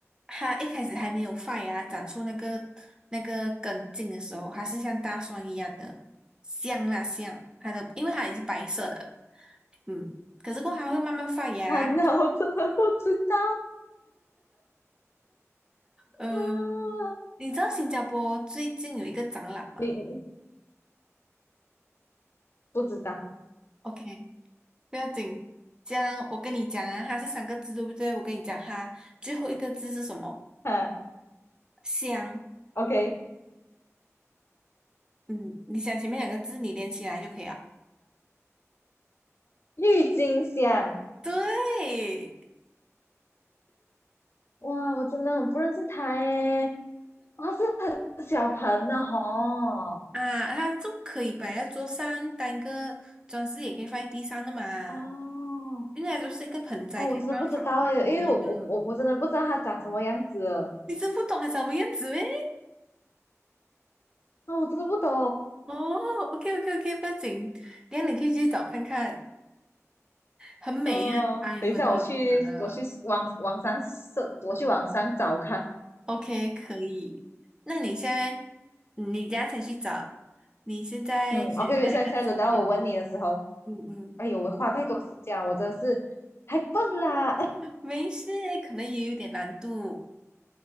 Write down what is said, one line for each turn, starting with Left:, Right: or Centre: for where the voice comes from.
Right: 它一开始还没有发芽，长出那个那个根茎的时候，它是像大蒜一样的，香啦香。它的，因为它也是白色的，嗯，可是过后它会慢慢发芽。
Left: 啊，那我真的不知道
Right: 呃，
Left: 啊，
Right: 你知道新加坡最近有一个展览吗
Left: 你不知道？
Right: ？OK，不要紧。这样我跟你讲啊，它是三个字，对不对？我跟你讲哈，最后一个字是什么？
Left: 啊
Right: 香。
Left: ，OK，
Right: 嗯，你想前面两个字，你连起来就可以了。
Left: 郁金香，
Right: 对
Left: 哇，我真的很不认识它诶，哇，是很小盆的吼。
Right: 啊，它就可以摆在桌上，当一个装饰，也可以放在地上的嘛。
Left: 哦，
Right: 应该就是一个盆栽，
Left: 哦，
Right: 可以放在法花瓶里面的。
Left: 我真的不知道诶，因为我我我我真的不知道它长什么样子，
Right: 你真不懂还长什么样子咩？
Left: 那我真的不懂。
Right: 哦，OK OK OK，不要紧，等一下你可以去找看看。很美啊，
Left: 呃，
Right: 啊，有很多颜色的。
Left: 等一下，我去，我去网网上搜，我去网上找看。
Right: OK，可以。那你现在，你等下才去找，你现在先想一个词典，
Left: 嗯，OK，OK，现在现在轮到我问你的时候，
Right: 嗯嗯，
Left: 哎呦，我花太多时间了，我真的是太笨啦，
Right: 没事，可能也有点难度。